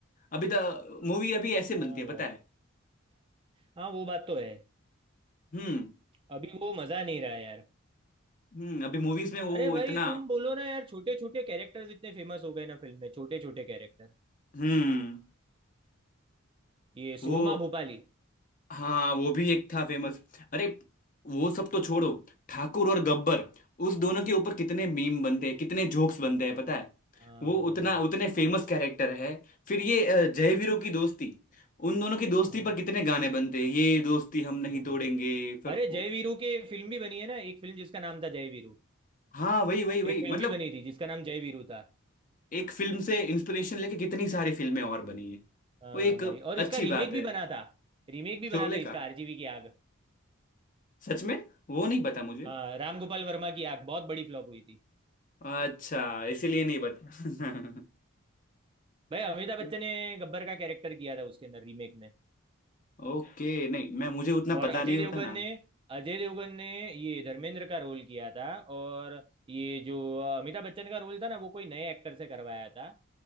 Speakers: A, on the left; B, on the right.
A: अभी तो मूवी अभी ऐसे
B: हाँ
A: बनती है पता
B: भाई
A: है
B: हाँ वो बात तो है
A: हम्म
B: अभी वो मजा नहीं रहा यार
A: हम्म अभी मूवीज में वो
B: अरे भाई
A: इतना
B: तुम बोलो ना यार छोटे छोटे कैरेक्टर्स इतने फेमस हो गए ना फिल्म में छोटे छोटे कैरेक्टर
A: हम्म
B: ये सुरमा
A: वो
B: भोपाली
A: हाँ वो भी एक था फेमस अरे वो सब तो छोड़ो ठाकुर और गब्बर उस दोनों के ऊपर कितने मीम बनते हैं कितने जोक्स बनते हैं पता है
B: हाँ
A: वो
B: भाई
A: उतना उतने फेमस कैरेक्टर है फिर ये अ, जय वीरों की दोस्ती उन दोनों की दोस्ती
B: हाँ
A: पर कितने गाने बनते हैं ये दोस्ती हम नहीं
B: हाँ भाई
A: तोड़ेंगे फिर
B: अरे जय वीरू की फिल्म भी बनी है ना एक फिल्म जिसका नाम था जय वीरू
A: हाँ वही वही वही
B: एक फिल्म
A: मतलब
B: भी बनी थी जिसका नाम जय वीरू था
A: एक फिल्म से इंस्पिरेशन लेके कितनी सारी फिल्में और बनी है
B: हाँ
A: वो एक
B: भाई और
A: अच्छी
B: इसका रीमेक
A: बात
B: भी
A: है
B: बना था रीमेक भी
A: शोले
B: बना था
A: का
B: इसका आरजीवी की आग
A: सच में वो नहीं पता मुझे
B: हाँ राम गोपाल वर्मा की आग बहुत बड़ी फ्लॉप हुई थी
A: अच्छा इसीलिए नहीं पता
B: भाई अमिताभ
A: <laughs>
B: बच्चन ने गब्बर का कैरेक्टर किया था उसके अंदर रीमेक में
A: ओके नहीं मैं मुझे उतना
B: और
A: पता
B: अजय
A: नहीं
B: देवगन
A: होता ना
B: ने अजय देवगन ने ये धर्मेंद्र का रोल किया था और ये जो अ, अमिताभ बच्चन का रोल था ना वो कोई नए एक्टर से करवाया था